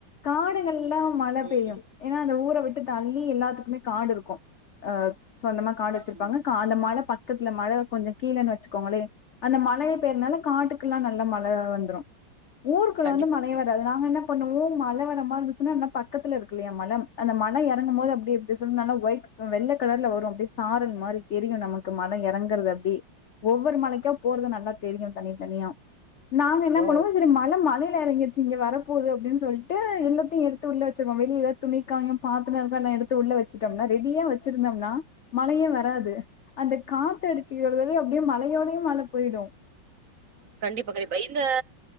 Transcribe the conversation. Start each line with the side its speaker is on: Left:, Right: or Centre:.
Left: காடுகள்லாம் மழை
Right: ம்,
Left: பெய்யும்
Right: ம்.
Left: ஏன்னா அந்த ஊர விட்டு தள்ளி எல்லாத்துக்குமே காடு இருக்கும் அஹ் சொந்தமா காடு வச்சிருப்பாங்க
Right: ஆமா.
Left: கால மால ப பக்கத்துல மழை கொஞ்சம் கீழேன்னு வச்சுக்கோங்களே அந்த மழையை பெயறனால காட்டுக்குெல்லாம் நல்லா மழை வந்துரும் ஊர்குல்ல
Right: கண்டிப்பா,
Left: வந்து மழையேவராது
Right: கண்டிப்பா.
Left: நாங்க என்ன பண்ணுவ மழை வரமாதிருச்சுனா பக்கத்து இரு இல்ல மழை அந்த மழை இறங்கும் போது ஒயிட் வெள்ள கலர்ல வரும் சரல்மாதிரி தெரியும் நமக்கு க்கு மலை இறங்கறது அப்டி ஒவ்வொரு மலைக்கும் போறது நல்லா தெரியும் தனித்தனியா நாங்க என்ன
Right: ஓ!
Left: பண்ணுவோம் செரி மழை மழ <unintelligible> எறங்கிடுச்சி இங்க வரப்போது அப்டின்னு சொல்ட்டு எல்லாத்தையும் எடுத்து உள்ள வச்சிடுவம் வெளிய எதாது துணி காயும் பாத்திரம் இருக்க எல்லா எடுத்து உள்ள வச்சிட்டோம்னா ரெடியா வச்சிருந்தோம்னா ரெடியா வச்சிருந்தோம்னா மழைய வர் வராது அந்த காத்து அடித்துக்கத அப்படியே மழையோடயையும் மழ போயிடும்
Right: கண்டிப்பா கண்டிப்பா இந்த